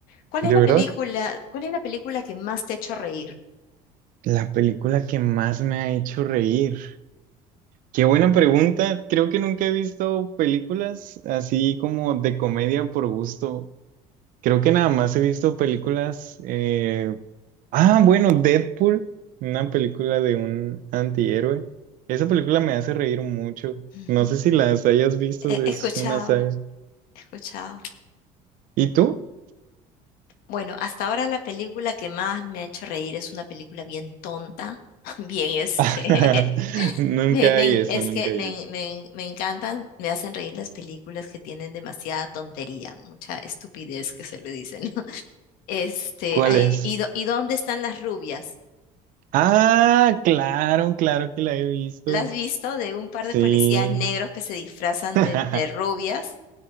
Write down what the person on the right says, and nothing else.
¿De
verdad?
La película que más me ha hecho reír. Qué buena pregunta. Creo que nunca he visto películas así como de comedia por gusto. Creo que nada más he visto películas. eh, Ah, bueno, Deadpool, una película de un antihéroe. Esa película me hace reír mucho.
No sé si las hayas visto,
es
una saga.
¿Y tú?
<laughs>
Nunca
hay
eso,
nunca
hay
eso.
¿Cuál
es?
Ah, claro, claro que la he visto.
Sí.
<laughs>